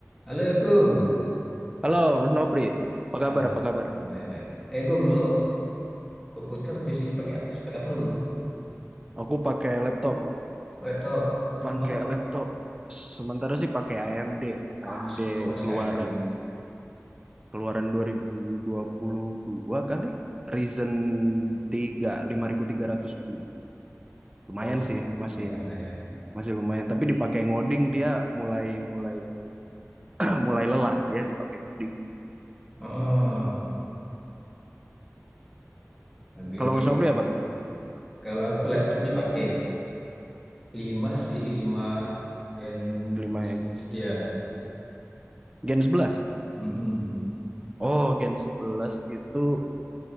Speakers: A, in the centre; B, on the right.
A: Halo Gung.
B: Halo, Mas Nopri. Apa kabar?
A: Ah,
B: Apa kabar?
A: baik baik. Eh Gung, lu komputer PC-nya pakai spek apa Gung?
B: Aku pakai laptop,
A: Laptop. Hmm,
B: pakai
A: apa?
B: laptop. Sementara sih pakai AMD,
A: Masih,
B: AMD
A: oh masih
B: keluaran
A: AMD.
B: keluaran 2022 kali. Ryzen 3 5300U. Lumayan
A: Oh masih.
B: sih,
A: ah,
B: masih
A: Lumayan lah ya.
B: masih lumayan, tapi dipakai ngoding dia mulai mulai <clears throat> mulai lelah dia dipakai ngoding.
A: Oh, lebih
B: Kalau
A: ke
B: Mas
A: ini.
B: Nopri apa tuh?
A: Kalau aku laptopnya pakai i lima sih, i lima Gen
B: Kelima yang
A: ya.
B: Gen 11.
A: Mm-mm.
B: Oh, Gen 11 itu